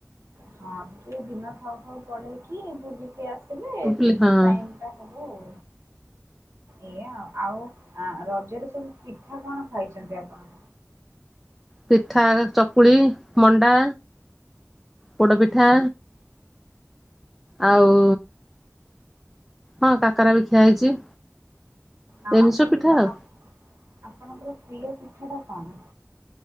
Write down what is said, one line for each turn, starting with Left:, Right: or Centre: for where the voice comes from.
Right: ହଁ ଟିକେ ଦିନ ଥାଉ ଥାଉ ପଳେଇକି ବୁଲିକି ଆସିଲେ
Centre: ହଁ
Right: ଠିକ୍ ଟାଇମ୍ ଟା ହବ ଆଉ। ଏଇୟା, ଆଉ ରଜରେ ସବୁ ପିଠା କଣ ଖାଇଛନ୍ତି ଆପଣ?
Centre: ପିଠା ଚକୁଳି, ମଣ୍ଡା, ପୋଡପିଠା ଆଉ ହଁ କାକରା ବି ଖିଆ ହେଇଛି।
Right: ଆଉ
Centre: ଏମିତି
Right: ଆପଣଙ୍କୁ
Centre: ସବୁ ପିଠା
Right: ସ
Centre: ଆଉ
Right: ଆପ, ଆପଣଙ୍କର ପ୍ରିୟ ପିଠାଟା କଣ?